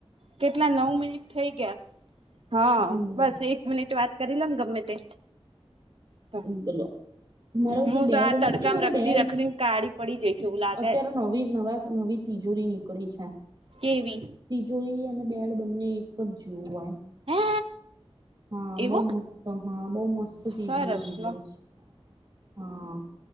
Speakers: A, on the right; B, on the right.
A: કેટલા નવ મિનિટ થઈ ગયા? હા,
B: હમ
A: બસ એક મિનિટ વાત કરી લો ન, ગમે તે! તો
B: બોલો, મારો
A: હું
B: જે બેડ
A: તો આ તડકામાં
B: નથી, મારો
A: રખડી
B: બેડ
A: રખડીને કાળી પડી જઈશ એવું લાગે
B: અત્યારે નવી નવા નવી તિજોરી નીકળી છે,
A: કેવી
B: તિજોરી એ બેડ બંને એક જ જેવું હોય
A: હે
B: હા
A: એવું
B: બહુ મસ્ત, હા બહુ મસ્ત તીજોરીઓ
A: સરસ
B: નીકળી
A: લો
B: છ હા